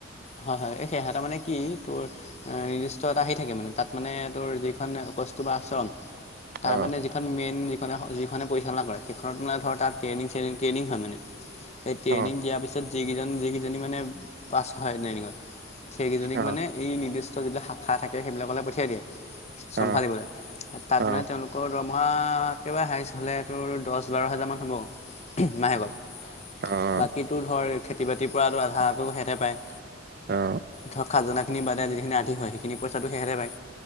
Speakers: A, on the left (about 35°); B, on the right (about 50°).
A: হয়- হয়, এই সেহেতে মানে কি তোৰ এ নিৰ্দিষ্ট এটা আহি থাকে মানে, তাত মানে তোৰ যিখন কস্তুৰবা আশ্ৰম, তাৰ
B: অ',
A: মানে অৰ্থাৎ মেইন যিখনে-যিখনে পৰিচালনা কৰে, সেইখনত মানে ধৰ তাত ট্ৰেইনিং চেইনিং ট্ৰেইনিং হয় মানে। এই ট্ৰেইনিং
B: অ',
A: দিয়াৰ পিছত যিকেইজন যিকেইজনী মানে পাছ হয় ট্ৰেইনিঙত, সেইকেইজনীক
B: অ',
A: মানে এই নিৰ্দিষ্ট যিটো শাখা থাক কে সেইবিলাকলে পঠিয়াই দিয়ে, চম্ভাবলিবলে,
B: অ', অ',
A: তাত
B: অ',
A: মানে তেওঁলোক কৰ দৰমহা একেবাৰে হাইজ হ'লে তোৰ দছ বাৰ হেজাৰ মান হ'ব। মাহেকত,
B: অ',
A: বাকী তোৰ ধৰ খেতি বাতিৰ পৰা তোৰ আধাটো সেহেতে পায়।
B: অ'।
A: ধৰ খাজানাখিনি বাদে যিখিনি আধি হয়, সেইখিনি পইচাটো সেহেতে পাই,